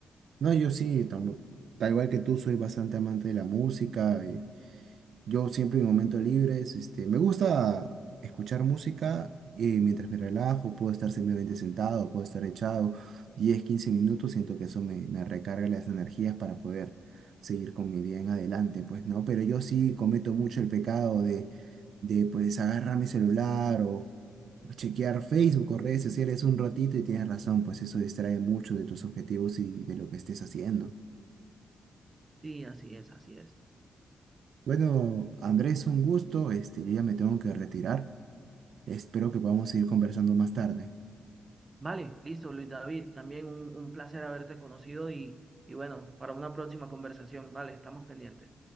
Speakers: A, on the right; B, on the right.
A: No, yo sí, tam- Tal igual que tú, soy bastante amante de la música. eh, Yo siempre en momentos libres, este, me gusta escuchar música y mientras me relajo, puedo estar simplemente sentado, puedo estar echado 10 15 minutos, siento que eso me, me recarga las energías para poder seguir con mi día en adelante, pues, ¿no? Pero yo sí cometo mucho el pecado de, de pues, agarrar mi celular o chequear Facebook o redes sociales un ratito y tienes razón, pues eso distrae mucho de tus objetivos y de lo que estés haciendo.
B: Sí, así es, así es.
A: Bueno, Andrés, un gusto, este, yo ya me tengo que retirar. Espero que podamos seguir conversando más tarde.
B: Vale, listo, Luis David, también un, un placer haberte conocido y, y bueno, para una próxima conversación, vale, estamos pendientes.